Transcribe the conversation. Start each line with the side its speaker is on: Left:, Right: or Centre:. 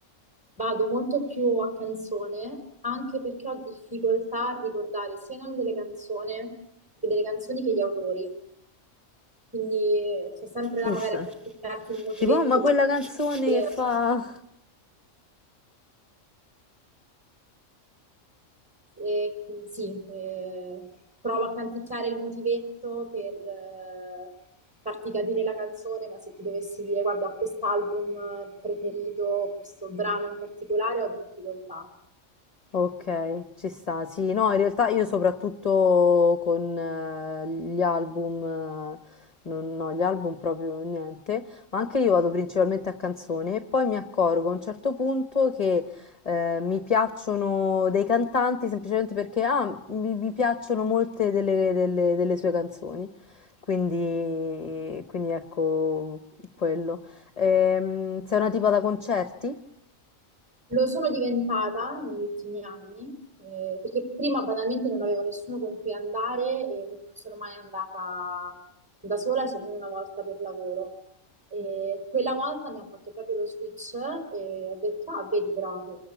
Centre: Vado molto più a canzone, anche perché ho difficoltà a ricordare sia i nomi delle canzoni che delle canzoni che gli autori. Quindi sto sempre là
Left: Issa.
Centre: magari a canticchiarti il motivetto
Left: Tipo, "Oh, ma quella
Centre: per
Left: canzone
Centre: dire,
Left: che fa...
Centre: eh, sì, eh, provo a canticchiare il motivetto per eh, farti capire la canzone, ma se ti dovessi dire guarda, ho quest'album eh, preferito, questo brano in particolare, ho difficoltà.
Left: Ok, ci sta. Sì, no, in realtà io soprattutto con eh, gli album, eh, non, no, gli album proprio niente, ma anche io vado principalmente a canzone e poi mi accorgo a un certo punto che eh, mi piacciono dei cantanti semplicemente perché ah, mi, mi piacciono molte delle, delle- delle sue canzoni. Quindi, quindi ecco quello. Ehm, sei una tipa da concerti?
Centre: Lo sono diventata negli ultimi anni, eh, perché prima banalmente non avevo nessuno con cui andare e non sono mai andata da sola se non una volta per lavoro. E quella volta mi ha fatto proprio lo switch e ho detto, ah, vedi però che